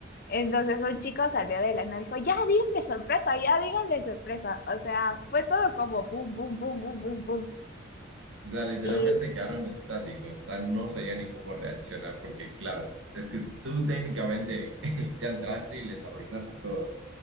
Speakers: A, on the left (about 50°); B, on the right (about 80°).
A: Entonces, un chico salió de la nada y dijo, ya díganle sorpresa, ya díganle sorpresa. O sea, fue todo como pum, pum, pum, pum, pum, pum.
B: o sea, literalmente
A: Y
B: quedaron estáticos, o sea, no sabía ni cómo reaccionar porque, claro, es que tú técnicamente <laughs> ya entraste y les arruinaste todo,